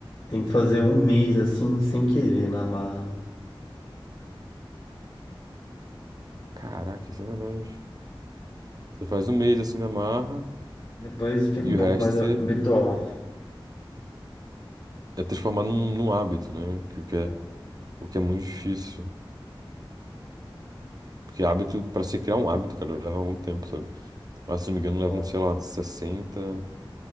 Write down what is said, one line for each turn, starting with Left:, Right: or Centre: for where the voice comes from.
Left: tem que fazer um mês assim, sem querer, na marra.
Right: Caraca, isso é verdade. Você faz um mês assim na marra,
Left: Depois fica
Right: E
Left: um pouco
Right: o resto
Left: mais
Right: você
Left: habitual.
Right: é transformar num, num hábito, né? Que, o que é,
Left: É,
Right: o que é muito difícil. Porque hábito, pra você criar um hábito, cara, leva algum tempo, sabe? Mas se não me engano,
Left: exato.
Right: levam, sei lá, sessenta